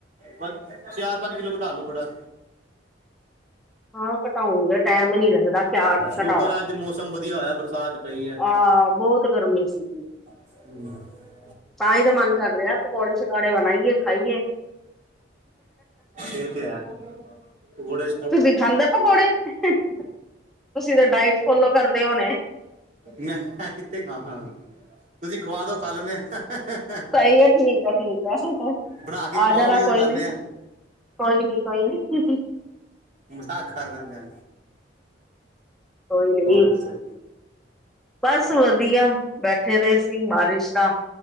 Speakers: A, on the right; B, in the centre.
A: ਬਸ ਚਾਰ ਪੰਜ ਕਿਲੋ ਕਟਾ ਲੋ ਬੜਾ
B: <inaudible> ਹਾਂ ਘਟਾਉਨ ਦਾ ਟੈਮ ਨੀ ਲੱਗਦਾ ਚਆ
A: ਸ਼ੁਕਰ
B: ਘਟਾਉ
A: ਹੈ ਅੱਜ ਮੌਸਮ ਵਧੀਆ ਹੋਇਆ ਬਰਸਾਤ ਪਈ ਹੈ
B: ਆਹ ਬਹੁਤ ਗਰਮੀ ਸੀਗੀ
A: ਹਮ
B: ਤਾਂ ਹੀ ਤਾਂ ਮਨ ਕਰ ਰਿਹਾ ਪਕੌੜੇ ਸ਼ਕੌੜੇ ਬਣਾਈਏ ਖਾਈਏ
A: ਇਹ ਤੇ ਹੈ ਪਕੋੜੇ
B: ਤੁਸੀਂ ਖਾਂਦੇ ਪਕੌੜੇ ਤੁਸੀਂ ਤਾਂ ਡਾਇਟ ਫੋਲੋ ਕਰਦੇ ਹੋਣੇ
A: ਮੈਂ ਕਿੱਥੇ ਖਾਂ ਸਕਦਾ ਤੁਸੀਂ ਖਵਾ ਦੋ ਖਾ ਲੈਂਨੇ ਐ
B: ਸਹੀ ਹੈ ਠੀਕ ਹੈ ਠੀਕ ਹੈ
A: ਬਣਾ ਤੁਸੀਂ
B: ਆ
A: ਖਾਓਗੇ
B: ਜਾਣਾ ਕੋਈ
A: ਖਾਨੇ
B: ਨੀ
A: ਆ
B: ਕੋਈ ਨੀ ਕੋਈ ਨੀ ਕੋਈ
A: ਆ ਖਾਣਾ ਪਿਆ
B: ਕੋਈ ਨੀ
A: ਦੱਸੋ
B: ਬਸ ਵਧੀਆ ਬੈਠੇ ਦੇ ਸੀ ਬਾਰਿਸ਼ ਤਾਂ